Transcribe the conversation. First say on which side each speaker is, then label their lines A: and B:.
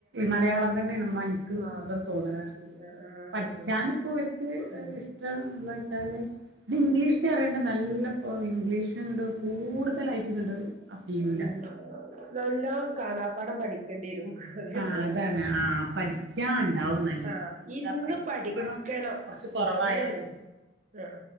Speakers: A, on the right; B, on the right.
A: മലയാളം തന്നെയണമ്മൻക്ക്
B: ആഹ്
A: സുഖം തോന്നണെന്ന്
B: അത് ശരി ആഹ് ആഹ്
A: പഠിക്കാനിപ്പോ
B: ആഹ്
A: ഒരു <unintelligible>
B: ഉം
A: ഇഷ്ടം എന്താ വെച്ചല്ലേ ഇത് ഇംഗ്ലീഷേ അറിയണ്ട നല്ല ല്ലപ്പോ ഇംഗ്ലീഷ്ങ്ങ്ട് കൂടുതലായിട്ടും ങ്ങണ്ട് അഇയൂല
B: ഉം നല്ലോം കാണാം പാടം പഠി കണ്ടി വരും അതെ
A: ആഹ്
B: ഇണ്ടാവാ
A: അതാണ് ആഹ് പഠിക്കാൻ ഉണ്ടാവും നല്ല
B: ആ ഇര്ന്ന്
A: അതാ പഠിക്കണ
B: പഠിക്കണം
A: കൊറച്ച് കൊറവായാല്
B: അങ്ങനെന്ന്ണ്ട് ആ